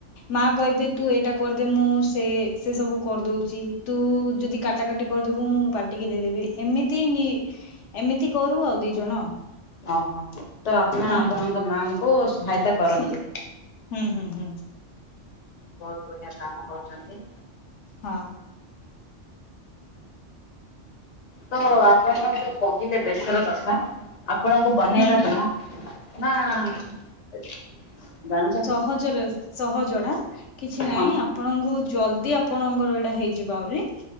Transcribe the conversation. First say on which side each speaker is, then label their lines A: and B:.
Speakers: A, on the left (about 75°); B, on the left (about 40°).
A: ମା କହିବେ ତୁ ଏଇଟା କରିଦେ ମୁଁ ସେ ସେ ସବୁ କରି ଦୋଉଛି ତୁ ଯଦି କାଟା କାଟି କହିଦୋବୁ ମୁଁ ପାଟିକି ଦେଇଦେବି ଏମିତି ନି ଏମିତି କରୁ ଆଉ ଦି ଜଣ ଆଉ।
B: ଅହ ତ ଆପଣ
A: ହୁଁ
B: ଆପଣଙ୍କ ମାଆଙ୍କୁ ସହାୟତା କରନ୍ତି?
A: ସ ହୁଁ ହୁଁ ହୁଁ।
B: ବହୁତ ବଢିଆ କାମ କରୁଛନ୍ତି।
A: ହଁ।
B: ତ ଆପଣ ଯୋଉ କହିଲେ ବେସର କଥା ଆପଣଙ୍କୁ ବନେଇବା
A: ହୁଁ
B: କାମ ନା ଜଣିଛନ୍ତି।
A: ହଞ୍ଚରେସ୍ ସହଜଡା କିଛି ନାହିଁ।
B: ହଁ
A: ଆପଣଙ୍କୁ ଜଲଦି ଆପଣଙ୍କର ଏଇଟା ହେଇଯିବ ଆହୁରି।